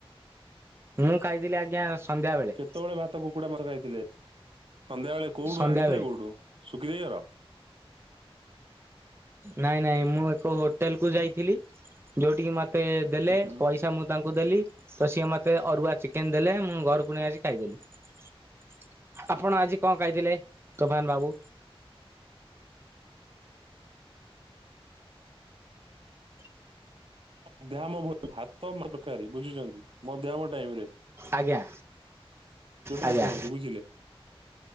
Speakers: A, on the right; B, on the right.
A: ମୁଁ ଖାଇଥିଲି ଆଜି ଆଜ୍ଞା ସନ୍ଧ୍ୟା ବେଳେ।
B: କେତେବେଳେ ଭାତ କୁକୁଡା ମାଂସ ଖାଇଥିଲେ ସନ୍ଧ୍ୟା ବେଳେ କୋଉଠୁ
A: ସନ୍ଧ୍ୟା
B: ଆଣିଥିଲେ
A: ବେଳେ
B: କୋଉଠୁ ଶୁଖିଦେଇହର।
A: ନାଇଁ ନାଇଁ ମୁଁ ଏକ ହୋଟେଲ କୁ ଯାଇଥିଲି ଯୋଉଠିକି ମତେ ମତେ ଦେଲେ
B: ହୁଁ ହୁଁ
A: ପଇସା ମୁଁ ତାଙ୍କୁ ଦେଲି ତ ସିଏ ମତେ ଅରୁଆ ଚିକେନ ଦେଲେ ମୁଁ ଘରକୁ ନେଇ ଆସି ଖାଇ ଥିଲେ ଆପଣ ଆଜି କଣ କହିଥିଲେ ତୋଫାନ ବାବୁ। <inaudible>
B: ଏହାମୋ ଭାତ ତରକାରି ବୁଝୁଛନ୍ତି ମଧ୍ୟମ ଟାଇମ ରେ
A: ଆଜ୍ଞା
B: ଯୋଉଟା
A: ଆଜ୍ଞା
B: ନା କୁହନ୍ତି ବୁଝିଲେ।